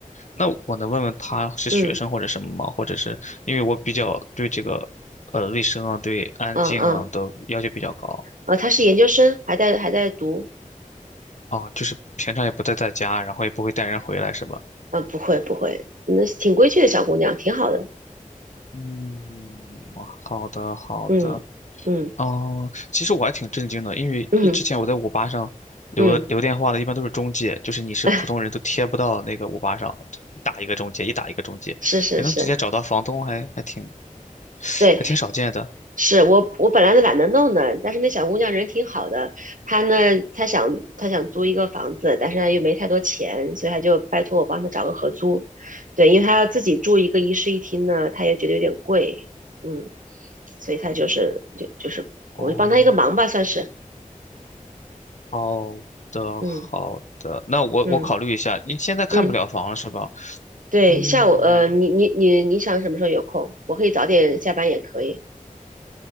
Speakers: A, on the left; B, on the right.
A: 那我能问问他是学生或者什么吗？
B: 嗯。
A: 或者是因为我比较对这个，呃，卫生啊，对安静啊都要求比较高
B: 嗯嗯，呃，她是研究生，还在还在读，
A: 啊，就是平常也不在在家，然后也不会带人回来，是吧？
B: 嗯，不会不会，那挺规矩的小姑娘，挺好的，
A: 嗯，好的好的。
B: 嗯嗯
A: 哦，其实我还挺震惊的，因为一之前我在五八上留留电话的，
B: 嗯嗯，
A: 一般都是中介，就是你是普通人都贴不到那个五八上，
B: <laughs> 哎
A: 就一打一个中介，一打一个中介，
B: 是是是，
A: 也能直接找到房东还，还挺
B: 对，
A: 还挺少见的。
B: 是我我本来都懒得弄的，但是那小姑娘人挺好的，她呢，她想她想租一个房子，但是她又没太多钱，所以她就拜托我帮她找个合租，对，因为她要自己住一个一室一厅呢，她也觉得有点贵，嗯，所以她就是就就是我就帮她一个忙吧，
A: 哦，
B: 算是，
A: 好的好的，
B: 嗯
A: 那我我考虑一下，
B: 嗯。
A: 你现在看不了房了是吧？
B: 嗯，对，
A: 嗯，
B: 下午，呃，你你你你想什么时候有空？我可以早点下班也可以，